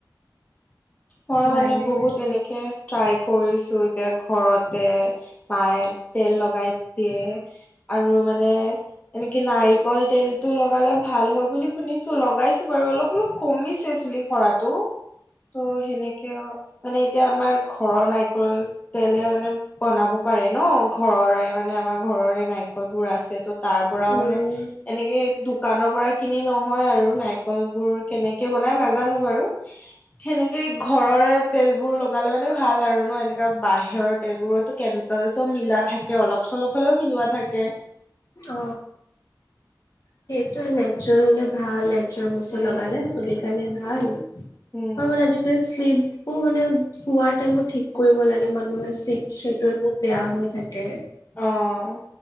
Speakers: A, on the left; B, on the left.
A: মই
B: ভালে
A: মানে বহুত এনেকে ট্ৰাই কৰিছো এতিয়া ঘৰতে মায়ে তেল লগাই দিয়ে। আৰু মানে এনেকে নাৰিকল তেলটো লগালে ভাল হয় বুলি শুনিছো লগাইছো বাৰু অলপ অলপ কমিছে চুলি সৰাটো ত' সেনেকে মানে এতিয়া আমাৰ ঘৰৰ নাৰিকল তেলে মানে বনাব পাৰে ন ঘৰৰে মানে আমাৰ ঘৰৰে নাৰিকল বোৰ আছে ত' তাৰ পৰাও
B: উম
A: মানে এনেকে দোকানৰ পৰাই কিনি নহয় আৰু নাৰিকল বোৰ কেনেকে বনাই নাজানো বাৰু হেনে কেই ঘৰৰে তেলবোৰ লগালে মানে ভাল আৰু ন' এনেকা বাহিৰৰ তেলবোৰতো কেম চব মিলা থাকে অলপ চলপ হলেও মিলোৱা থাকে।
B: অ সেইটোয়ে নেচুৰেল হলে ভালে নেচুৰাল বস্তু
A: উম
B: লগালে চুৰি কাৰণে ভাল, আৰু
A: উম
B: মানে আজিকালি শ্লিপু মানে শোৱাৰ টাইমত ঠিক কৰিব লাগে মানুহে শ্লিপ ছেটৰ বহুত বেয়া হৈ থাকে।
A: অ